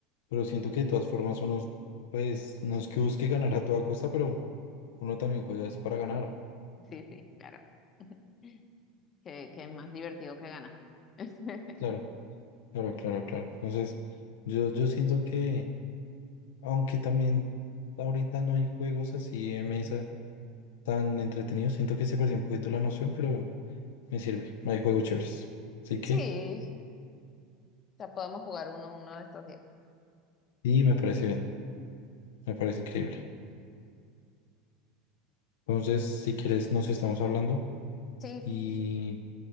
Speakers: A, on the left (about 75°); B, on the left (about 35°).
A: pero siento que de todas formas uno, pues, no es que busque ganar a toda costa, pero uno también juega es para ganar.
B: sí, sí, claro. <laughs> Que, que es más divertido que ganar. <laughs>
A: Claro, claro, claro, claro. Entonces, yo, yo siento que, aunque también ahorita no hay juegos así de mesa tan entretenido. Siento que se perdió un poquito la noción, pero me sirve. Hay juegos chéveres. Así que,
B: Sí, ya podemos jugar uno uno de estos días.
A: sí, me parece bien. Me parece increíble. Entonces, si quieres, nos estamos hablando
B: Sí,
A: y,